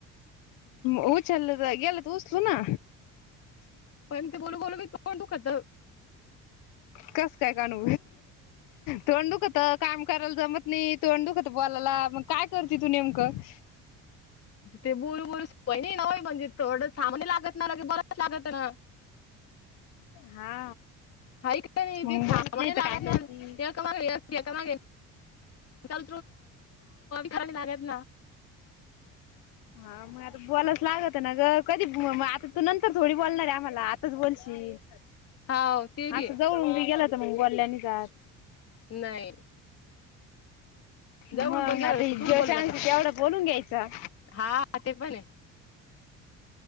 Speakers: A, on the left (about 85°); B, on the left (about 45°).
A: उऊचलत गलत उऊचलो ना
B: पण ते बोलून बोलून भी तोंड दुखत.
A: कस काय कानू तोंड दुखत, काम करायला जमत नाही. तोंड दुखत तू बोलायला मग काय करते तू नेमकं
B: ते बोलू बोलुस नाही ना सवय म्हणजे थोडं थांबणी लागत ना की बोलावच लागत ना.
A: हा
B: हा का नाही
A: मग
B: तेे थांबाणे
A: बोलत नाही
B: लागत
A: तर काय
B: ना
A: करते
B: गे मागेून द्याय खरा लात ना
A: हा म आता बोलावच लागत ना ग कधी आता तू नंतर थोडी बोलणार आहे आम्हाला आताच बोलशील
B: हाव ते बी
A: असं
B: आहे.
A: जवलून मी गेला तर मग बोलल्या नाही जात.
B: नाही. जवळून
A: मग
B: पण गेल्यावर
A: आता जेव्हा
B: थोडं बोललं
A: चांगल
B: जातं.
A: तेवढं बोलून घ्यायचं.
B: हा ते पण आहे.